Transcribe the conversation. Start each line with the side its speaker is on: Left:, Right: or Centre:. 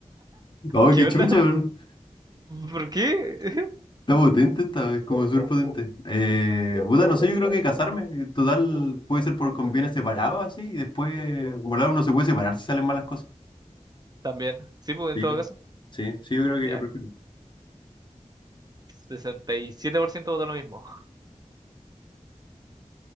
Left: Ay,
Right: ¿Qué
Left: qué
Right: onda?
Left: chucha, weón.
Right: ¿Por qué?
Left: Está potente esta vez, como súper potente. Eh, puta, no sé, yo creo que casarme, eh, total, puede ser por convienes separados así, y después, volar uno se puede separar si salen malas cosas.
Right: <laughs> También. Sí, pues en
Left: Sí,
Right: todo caso.
Left: sí, sí, yo creo
Right: Ya,
Left: que yo prefiero.
Right: 67% votó lo mismo.